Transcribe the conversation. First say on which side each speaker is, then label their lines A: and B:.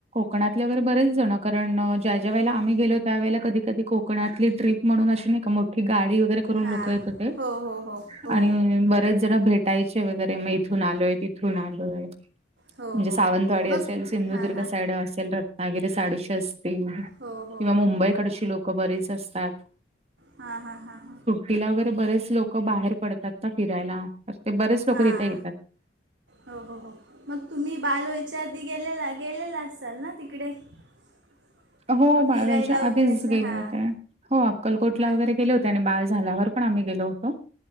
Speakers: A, on the right (about 35°); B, on the right (about 80°).
A: कोकणातले वगैरे बरेच जणं कारण ज्या ज्या वळेला आम्ही गेलो त्यावेळेला कधी कधी कोकणातली ट्रीप म्हणून अशी नाही का मो की गाडी वगैरे करून
B: हां
A: लोक येत होते
B: हो हो हो हो
A: आणि बरेच जण भेट ताईचे वगैरे मग इथून आलोय तिथून आलोय.
B: हो
A: म्हणजे सावंतवाडी
B: हो हो मग
A: असेल, सिंधुदुर्ग
B: हां हां
A: साइड असेल, रत्नागिरी साडशीे अस किंवा
B: हो हो
A: मुंबईकडची लोक बरीच असतात.
B: हा हा, हा हा.
A: तिला वगैरे बरेच लोक बाहेर पडतात ता फिरायला तर ते बरेच लोक
B: हां
A: तिथे येतात.
B: हो हो हो मग तुम्ही बाल वयच्या आधी गेलेला गेलेला असाल ना तिकडे? <unintelligible>
A: हो
B: अ,
A: बाळ
B: फिरायला
A: व्हायच्या
B: वगैरे
A: आधीच
B: असं
A: गेले
B: हां
A: होते हो अक्कलकोटला
B: हां
A: वगैरे गेले होते आणि बाळ झाल्यावर. पण आम्ही गेलो. होतो